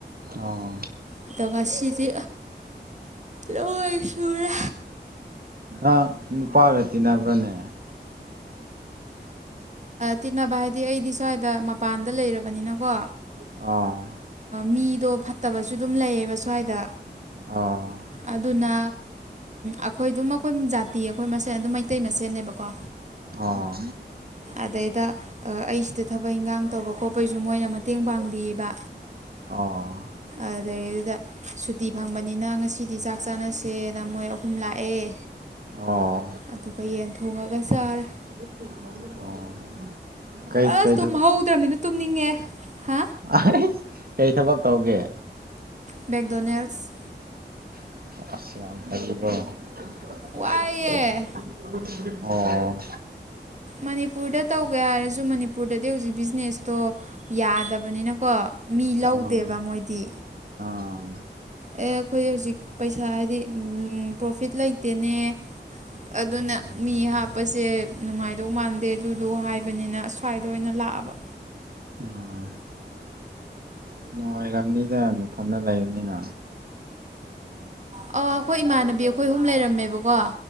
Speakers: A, on the right; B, on the right.
A: ꯑꯥ
B: ꯑꯗꯨꯒ ꯉꯁꯤꯗꯤ ꯂꯣꯏꯣꯏꯁꯨꯨꯔꯦ
A: ꯑ ꯅꯨꯄꯥꯒꯇꯅ ꯐꯅꯦ
B: ꯇꯤꯅ ꯇꯤ ꯏꯔꯗꯤ꯬ ꯁ꯭ꯋꯥꯏꯗ ꯃꯄꯥꯟꯗ ꯂꯩꯔꯕꯅꯤꯅꯀꯣ
A: ꯑꯣ
B: ꯃꯤꯗꯣ ꯐꯠꯇꯕꯁꯨ ꯑꯗꯨꯝ ꯂꯩꯌꯦꯕ ꯁ꯭ꯋꯥꯏꯗ
A: ꯑꯣ
B: ꯑꯗꯨꯅ ꯑꯩꯈꯣꯏ ꯑꯗꯨꯝ ꯑꯩꯈꯣꯏ ꯖꯥꯇꯤ ꯑꯩꯈꯣꯏ ꯁꯦ ꯑꯗꯨꯝ ꯃꯩꯇꯩ ꯃꯆꯦꯅꯦꯕꯀꯣ
A: ꯑ
B: ꯑꯗꯩꯗ ꯑꯩꯁꯤꯗ ꯊꯕꯛ ꯏꯟꯈꯥꯡ ꯇꯧꯕ ꯈꯣꯠꯄꯒꯤꯁꯨ ꯃꯣꯏꯅ ꯃꯇꯦꯡ ꯄꯥꯡꯕꯤꯌꯦꯕ
A: ꯑꯣ
B: ꯑꯗꯩꯗꯨꯗ ꯁꯨꯇꯤ ꯐꯪꯕꯅꯤꯅ ꯉꯁꯤꯗꯤ ꯆꯥꯛ ꯆꯥ ꯅꯦꯅ ꯃꯣꯏ ꯑꯍ ꯂꯑ
A: ꯑꯣ
B: ꯑꯗꯨꯒ ꯌꯦꯜ ꯊꯩꯉ ꯆꯔꯦ
A: ꯑꯣ ꯀꯩ
B: ꯑꯁ
A: ꯀꯩ
B: ꯇꯨꯝ ꯍꯧꯧꯗ꯭ꯔꯕꯅꯤꯅ ꯇꯨꯝꯅꯤꯡꯉꯛ ꯑꯦ
A: ꯑ ꯀꯩ ꯊꯕꯛ ꯇꯧꯒꯦ
B: ꯃꯦꯛꯗꯣꯅꯦꯜꯁ
A: <unintelligible>
B: ꯋꯥꯏꯌꯦ
A: ꯑꯣ
B: ꯃꯅꯤꯄꯨꯔꯗ ꯇꯧꯒꯦ ꯍꯥꯏꯔꯁꯨ ꯃꯅꯤꯄꯨꯔꯗꯗꯤ ꯍꯧꯖꯤꯛ ꯕꯤꯖꯤꯅꯦꯁꯇꯣ ꯌꯥꯗꯕꯅꯤꯅꯀꯣ ꯃꯤ
A: ꯑꯥ
B: ꯂꯧꯗꯦꯕ ꯃꯣꯏꯗꯤ
A: ꯑꯥ
B: ꯑꯦ ꯑꯩꯈꯣꯏ ꯍꯧꯖꯤꯛ ꯄꯩꯁꯥ ꯍꯥꯏꯗꯤ ꯄ꯭ꯔꯣꯐꯤꯠ ꯂꯩꯇꯦꯅꯦ ꯑꯗꯨꯅ ꯃꯤ ꯍꯥꯞ ꯀꯄꯁꯦ ꯅꯨꯡꯉꯥꯏꯗꯧ ꯃꯥꯟꯗꯦ ꯑꯗꯨꯗꯣ ꯍꯥꯏꯕꯅꯤꯅ ꯑꯁ꯭ꯋꯥꯏꯗ ꯑꯣꯏꯅ ꯂꯥꯛꯑꯕ
A: ꯑ ꯅꯨꯡꯉꯥꯏꯔꯝꯅꯤꯗ ꯅꯊꯜꯗ ꯂꯩꯕꯅꯤꯅ
B: ꯑꯣ ꯑꯩꯈꯣꯏ ꯏꯃꯥꯟꯅꯕꯤ ꯑꯩꯈꯣꯏ ꯑꯍꯨꯝ ꯂꯩꯔꯝꯃꯦꯕꯀꯣ